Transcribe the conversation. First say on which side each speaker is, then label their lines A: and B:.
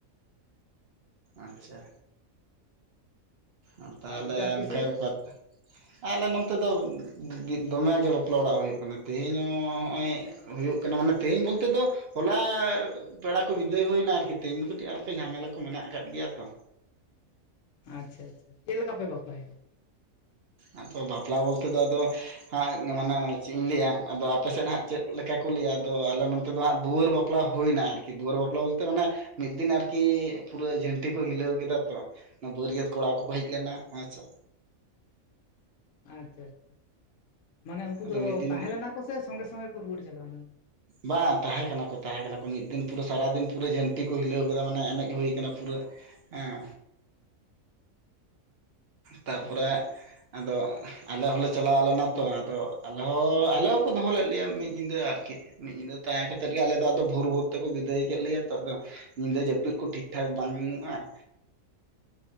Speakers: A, on the right; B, on the left.
A: ᱟᱪᱪᱷᱟ ᱟ ᱛᱟᱦᱚᱞᱮ
B: ᱟᱨ ᱚᱱᱛᱮ ᱟᱯᱮ
A: ᱚᱝᱠᱟ
B: ᱥᱮᱫ ᱫᱚ
A: ᱵᱮᱯᱟᱛ ᱟᱞᱮ ᱱᱚᱱᱚᱛᱮ ᱫᱚ ᱫᱚᱢᱮ ᱜᱮ ᱵᱟᱯᱞᱟ ᱚᱲᱟᱜ ᱦᱩᱭᱩᱜ ᱠᱟᱱᱟ ᱛᱮᱦᱮᱧ ᱦᱚᱸ ᱦᱚᱜᱼᱚᱭ ᱦᱩᱭᱩᱜ ᱠᱟᱱᱟ ᱢᱟᱱᱮ ᱛᱮᱦᱤᱧ ᱵᱚᱞᱛᱮ ᱫᱚ ᱦᱚᱞᱟ ᱯᱮᱲᱟ ᱠᱚ ᱵᱤᱫᱟᱹᱭ ᱦᱩᱭᱱᱟ ᱟᱨᱠᱤ ᱛᱮᱦᱮᱧ ᱫᱚ ᱠᱟᱹᱴᱤᱡ ᱟᱨᱠᱟᱹᱡ ᱡᱷᱟᱢᱮᱞᱟ ᱠᱚ ᱢᱮᱱᱟᱜ ᱟᱠᱟᱫ ᱜᱮᱭᱟ ᱛᱚ,
B: ᱟᱪᱪᱷᱟ ᱟᱪᱪᱷᱟ ᱪᱮᱫ ᱞᱮᱠᱟ ᱯᱮ ᱵᱟᱯᱞᱟᱭᱮᱱᱟ?
A: ᱟᱫᱚ ᱵᱟᱯᱞᱟ ᱵᱚᱞᱛᱮ ᱫᱚ ᱟᱫᱚ ᱦᱟᱸᱜ ᱢᱟᱱᱮ ᱪᱮᱫ ᱤᱧ ᱞᱟᱹᱭᱟ ᱟᱫᱚ ᱟᱯᱮ ᱥᱮᱫ ᱦᱟᱸᱜ ᱪᱮᱫ ᱞᱮᱠᱟ ᱠᱚ ᱞᱟᱹᱭᱟ ᱟᱫᱚ ᱟᱞᱮ ᱱᱚᱱᱛᱮ ᱫᱚ ᱦᱟᱸᱜ ᱫᱩᱣᱟᱹᱨ ᱵᱟᱯᱞᱟ ᱵᱟᱯᱞᱟ ᱦᱩᱭᱱᱟ ᱟᱨᱠᱤ ᱫᱩᱣᱟᱹᱨ ᱵᱟᱯᱞᱟ ᱵᱚᱞᱛᱮ ᱢᱟᱱᱮ ᱢᱤᱫ ᱫᱤᱱ ᱟᱨᱠᱤ ᱯᱩᱨᱟᱹ ᱡᱷᱟᱹᱱᱴᱤ ᱠᱚ ᱦᱤᱞᱟᱹᱣ ᱠᱮᱫᱟ ᱛᱚ᱾ ᱵᱟᱹᱨᱤᱭᱟᱹᱛ ᱠᱚᱲᱟ ᱠᱚᱠᱚ ᱦᱮᱡ ᱞᱮᱱᱟ ᱟᱪᱷᱟ
B: ᱟᱪᱪᱷᱟ ᱟᱪᱪᱷᱟ ᱢᱟᱱᱮ ᱩᱱᱠᱩ
A: ᱟᱫᱚ
B: ᱫᱚ
A: ᱢᱤᱫ ᱫᱤᱱ
B: ᱛᱟᱦᱮᱸ ᱞᱮᱱᱟ ᱠᱚ ᱥᱮ ᱥᱚᱸᱜᱮ ᱥᱚᱸᱜᱮ ᱠᱚ ᱨᱩᱣᱟᱹᱲ ᱪᱟᱞᱟᱣᱱᱟ
A: ᱵᱟᱝ ᱛᱟᱦᱮᱸ ᱠᱟᱱᱟ ᱠᱚ ᱛᱟᱦᱮᱸ ᱠᱟᱱᱟ ᱠᱚ ᱢᱤᱫ ᱫᱤᱱ ᱯᱩᱨᱟᱹ ᱥᱟᱨᱟᱫᱤᱱ ᱯᱩᱨᱟᱹ ᱡᱷᱟᱹᱱᱴᱤ ᱠᱚ ᱦᱤᱞᱟᱹᱣ ᱠᱟᱫᱟ ᱢᱟᱱᱮ ᱮᱱᱮᱡ ᱦᱩᱭ ᱠᱟᱱᱟ ᱯᱩᱨᱟᱹ ᱦᱮᱸ
B: <unintelligible>
A: ᱛᱟᱯᱚᱨᱮ
B: ᱟᱪᱪᱷᱟ
A: ᱟᱫᱚ ᱟᱞᱮ ᱦᱚᱸᱞᱮ ᱪᱟᱞᱟᱣ ᱞᱮᱱᱟ ᱛᱚ ᱟᱫᱚ ᱟᱞᱮ ᱦᱚᱸ ᱟᱞᱮ ᱦᱚᱸᱠᱚ ᱫᱚᱦᱚ ᱞᱮᱫ ᱞᱮᱭᱟ ᱢᱤᱫ ᱧᱤᱫᱟᱹ ᱟᱨᱠᱤ᱾ ᱢᱤᱫ ᱧᱤᱫᱟᱹ ᱛᱟᱦᱮᱸ ᱠᱟᱛᱮᱫ ᱜᱮ ᱟᱞᱮ ᱫᱚ ᱟᱫᱚ ᱵᱷᱳᱨ ᱵᱷᱳᱨ ᱛᱮᱠᱚ ᱵᱤᱫᱟᱹᱭ ᱠᱮᱫ ᱞᱮᱭᱟ ᱛᱚ ᱟᱫᱚ ᱧᱤᱫᱟᱹ ᱡᱟᱹᱯᱤᱫ ᱠᱚ ᱴᱷᱤᱠ ᱴᱷᱟᱠ ᱵᱟᱝ ᱦᱩᱭᱩᱜᱼᱟ ᱦᱮᱸ